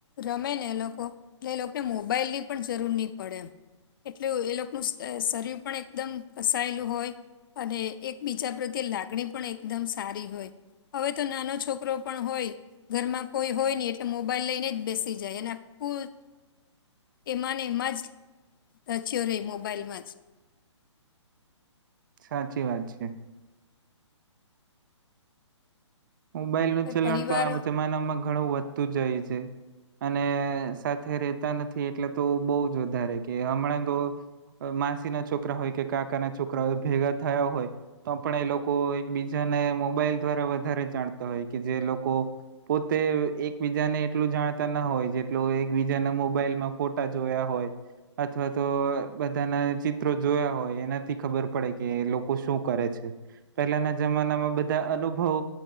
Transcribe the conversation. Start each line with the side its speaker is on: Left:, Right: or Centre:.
Left: રમે ને એ લોકો એટલે એ લોકોને મોબાઈલ ની પણ જરૂર નહી પડેમ. એટલે એ લોકોનું શરીર પણ એકદમ ફસાયેલું હોય. અને એકબીજા પ્રત્યે લાગણી પણ એકદમ સારી હોય. હવે તો નાનો છોકરો પણ હોય. ઘરમાં કોઈ હોય ની એટલે મોબાઈલ લઈને જ બેસી જાય અને આખું. એમાંને એમાં જ રચ્યો રે મોબાાઈલમાં જ. <inaudible>
Right: સાચી વાત છે. મોબાઈલનું
Left: એટલે
Right: ચલણ
Left: પરિવાર
Right: તો આ જમાનામાં ઘણું વધતું જાય છે. અને સાથે રેતા નથી એટલે તો બહુ જ વધારે કે હમણાં તો અ માસીના છોકરા હોય કે કાકાના છોકરા હોય ભેગા થયા હોય તો પણ એ લોકો એકબીજા ને મોબાઈલ દ્વારા વધારે જાણતા હોય કે જે લોકો પોતે એકબીજાને એટલું જાણતા ના હોય જેટલું એકબીજાના મોબાઈલમાં ફોટા જોયા હોય અથવા તો બધાના ચિત્રો જોયા હોય એનાથી ખબર પડે કે લોકો શું કરે છે. પહેલાના જમાનામાં બધા અનુભવો